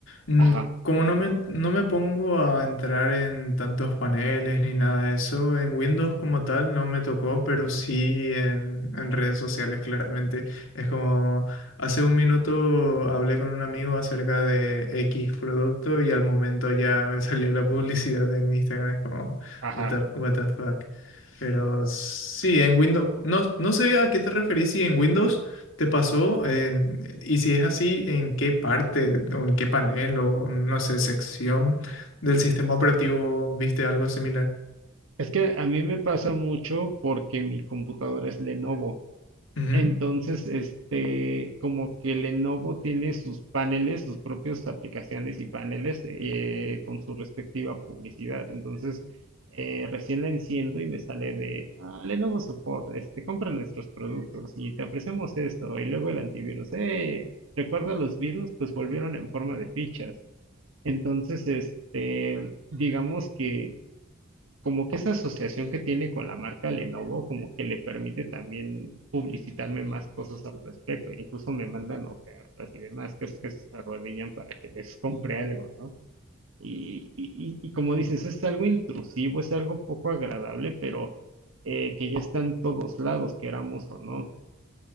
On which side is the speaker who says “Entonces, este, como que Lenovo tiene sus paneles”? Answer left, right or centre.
Right